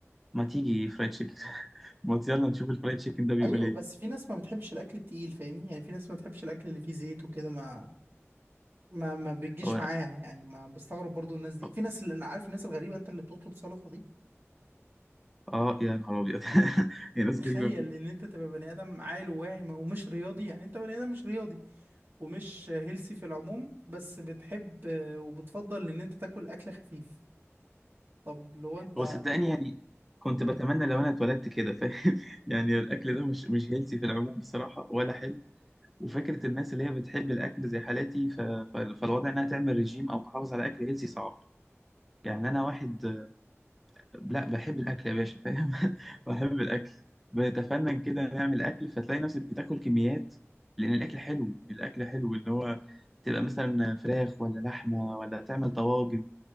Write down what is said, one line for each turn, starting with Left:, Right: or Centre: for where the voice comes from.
Centre: ما تيجي فرايد تشيكن <laughs> ما ت- يلا نشوف الفرايد تشيكن ده بيقول
Right: ايوه
Centre: ايه
Right: بس في ناس ما بتحبش الاكل التقيل فاهمني يعني في ناس ما بتحبش الاكل اللي فيه زيت وكده ما ما ما بتجيش
Centre: هو
Right: معاها يعني ما بستغرب برضو الناس دي
Centre: اه
Right: في ناس اللي عارف الناس الغريبة انت اللي بتطلب سلطة دي
Centre: آه، يا نهار ابيض <laughs> يا ناس
Right: تخيل
Centre: غريبه فاهم
Right: ان انت تبقى بني ادم عاقل وواعي ومش رياضي يعني انت بني ادم مش رياضي ومش هيلسي في العموم بس بتحب وبتفضل ان انت تاكل اكل خفيف طب لو انت
Centre: هو صدقني يعني كنت بتمنى لو انا اتولدت كده فاهم <laughs> يعني الاكل ده مش مش هيلسي في العموم بصراحه ولا حلو وفكرة الناس اللي هي بتحب الأكل زي حالاتي ف... ف... فالوضع إنها تعمل رجيم أو تحافظ على أكل هيلسي صعب يعني أنا واحد آه، لا بحب الأكل يا باشا فاهم <laughs> بحب الأكل بنتفنن كده نعمل أكل فتلاقي نفسك بتاكل كميات لأن الأكل حلو الأكل حلو إن هو تبقى مثلا فراخ ولا لحمة ولا تعمل طواجن